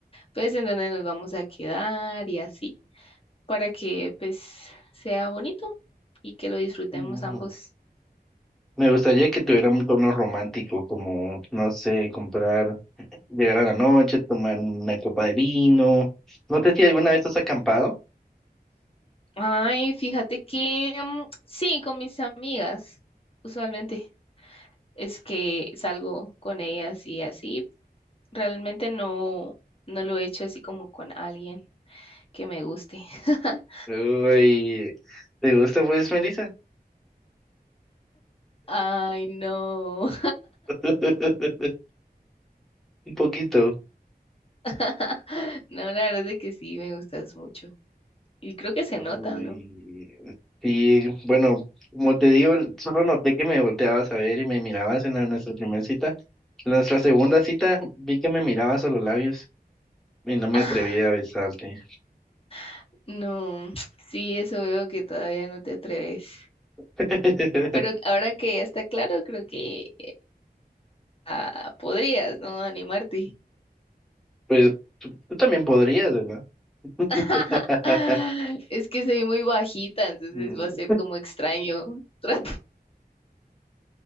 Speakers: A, on the left; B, in the centre.
A: pues en dónde nos vamos a quedar y así, para que pues sea bonito y que lo disfrutemos
B: Mm.
A: ambos.
B: Me gustaría que tuviera un tono romántico, como, no sé, comprar, llegar a la noche, tomar una copa de vino. No sé si alguna vez has acampado.
A: Ay, fíjate que mm, sí, con mis amigas, usualmente es que salgo con ellas y así. Realmente no, no lo he hecho así como con alguien que me guste. <laughs>
B: Uy, ¿te gusta pues, Melissa?
A: Ay, no.
B: <laughs> Un poquito.
A: <laughs> No, la verdad es de que sí, me gustas mucho. Y creo que se nota,
B: Uy,
A: ¿no?
B: sí, bueno, como te digo, solo noté que me volteabas a ver y me mirabas en la- nuestra primera cita. En nuestra segunda cita vi que me mirabas a los labios y no me
A: Ah,
B: atreví a besarte.
A: <laughs> no, <tsk> sí, eso veo que todavía no te atreves.
B: <laughs>
A: Pero ahora que ya está claro, creo que ah, podrías, ¿no? Animarte.
B: Pues tú tú también podrías, ¿verdad?
A: <laughs>
B: <laughs>
A: Es que soy muy bajita, entonces
B: Mm,
A: va a ser como extraño <laughs> tratarte.